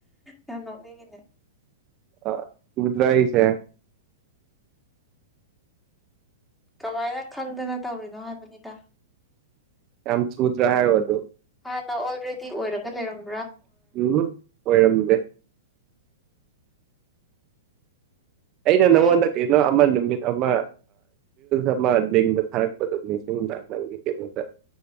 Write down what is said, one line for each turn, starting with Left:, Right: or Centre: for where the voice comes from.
Centre: ꯌꯥꯝ ꯅꯣꯛꯅꯤꯡꯉꯤꯅꯦ
Right: ꯑ ꯔꯗ꯭ꯔꯥ ꯏꯁ
Centre: ꯀꯃꯥꯏꯅ ꯈꯪꯗꯅ ꯇꯧꯔꯤꯅꯣ ꯍꯥꯏꯕꯅꯤꯗ
Right: ꯌꯥꯝꯝ ꯁꯨꯠ ꯔ ꯑꯗꯨ
Centre: ꯍꯥꯟꯅ ꯑꯣꯜꯔꯦꯗꯤ ꯑꯣꯏꯔꯒ ꯂꯩꯔꯝ
Right: ꯎꯝ ꯑꯣꯏꯔꯝꯗꯦ ꯑꯩꯅ ꯅꯪꯉꯣꯟꯗ
Centre: ꯑꯩ
Right: ꯀꯩꯅꯣ ꯑꯃ ꯅꯨꯃꯤꯠ ꯑꯃ ꯑꯃ ꯂꯗ ꯊꯥꯔꯛꯄꯗꯅꯤ ꯁꯤꯅꯕꯒꯤ ꯀꯣꯇ